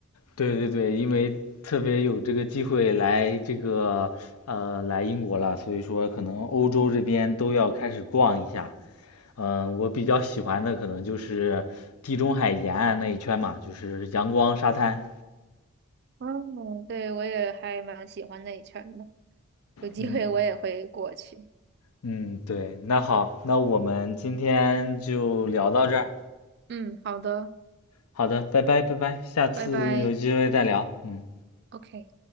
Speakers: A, on the left (about 85°); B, on the right (about 50°).
A: 对对对，因为特别有这个机会来这个，呃，来英国了，所以说可能欧洲这边都要开始逛一下。嗯，我比较喜欢的可能就是地中海沿岸那一圈嘛，就是阳光沙滩。
B: 嗯，对，我也还蛮喜欢那一圈的。有机会我也会过去。
A: 嗯。嗯，对，那好，那我们今天就聊到这儿。
B: 嗯，好的，
A: 好的，拜拜，拜拜，下次有机会再聊。
B: 拜拜
A: 嗯。
B: ，OK。